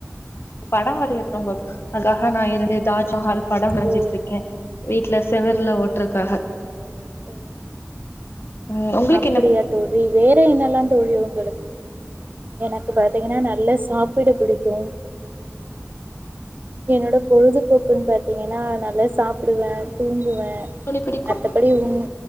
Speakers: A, on the left; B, on the right.
A: படோ வரைறது ரொம்ப அதுகாக நா இருந் எதாச்சு ஹல் படோ வரஞ்சிட்ருக்கே
B: ஓ
A: வீட்ல செவ்ர்ல ஒட்றக்காக
B: ஓ
A: ம் உங்களுக்
B: அப்படியா தோழி வேற என்னல்லா தோழி உங்களுக்கு எனக்கு பாத்திங்கன்னா நல்லா சாப்பிட பிடிக்கு என்னோட பொழுதுபோக்குன் பாத்தீங்கன்னா நல்லா சாப்புடுவ தூங்குவ
A: துணி பிடிக்கு
B: த்தபடி ம்